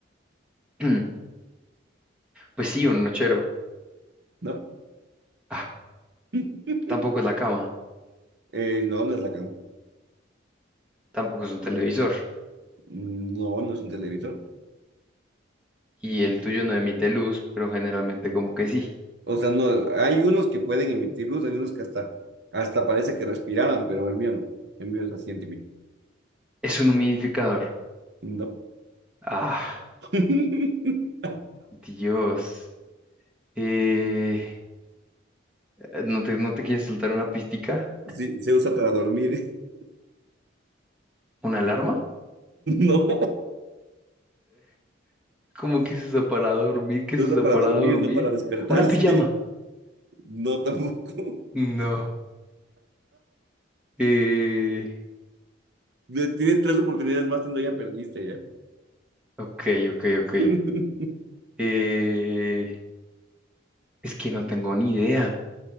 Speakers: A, in the centre; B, on the right.
A: <clears throat> Pues sí, un nochero.
B: ¿no?
A: Ah,
B: <laughs>
A: tampoco es la cama,
B: Eh, no, no es la cama.
A: tampoco es un televisor.
B: Mm, No, no es un televisor.
A: Y el tuyo no emite luz, pero generalmente como que sí.
B: O sea, no, hay unos que pueden emitir luz, hay unos que hasta, hasta parece que respiraran, pero el mío no. El mío es así antiguo.
A: Es un humidificador.
B: No.
A: Ah,
B: <laughs>
A: Dios. Eh, Eh, ¿No te, no te quieres soltar una pistica?
B: Sí, se usa para dormir. <laughs>
A: ¿Una alarma?
B: No,
A: ¿Cómo que se usa para dormir? ¿Qué
B: se
A: se
B: usa
A: usa
B: para
A: para
B: dormir,
A: dormir?
B: no para despertarse.
A: ¿Una pijama?
B: No, tampoco.
A: No. Eh,
B: Ya Tienes tres oportunidades más y no ya perdiste ya.
A: ok, ok, ok.
B: <laughs>
A: Eh, es que no tengo ni idea.